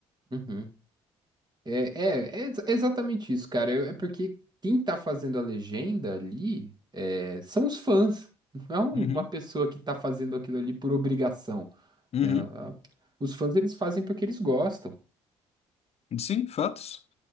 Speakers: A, on the right; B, on the left.
A: Uhum. É, é, é ex- exatamente isso, cara. Eu- é porque quem tá fazendo a legenda ali é, são os fãs. Não é um,
B: Uhum,
A: uma pessoa que tá fazendo aquilo ali por obrigação,
B: uhum.
A: né? A- a- Os fãs, eles fazem porque eles gostam.
B: Sim, fatos.